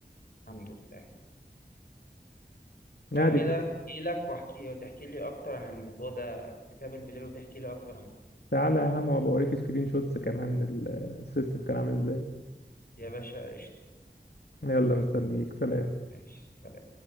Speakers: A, on the left; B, on the left.
A: الحمد لله
B: نادي
A: لو كده
B: كده
A: اجي لك واحكي وتحكي لي اكتر عن الموضوع ده نتقابل بالليل وتحكي لي اكتر عنه
B: تعالى يا عم وابقى اوريك سكرين شوتس كمان لل- السيستم كان عامل ازاي
A: يا باشا قشطة
B: يلا مستنيك سلام
A: ماشي سلام.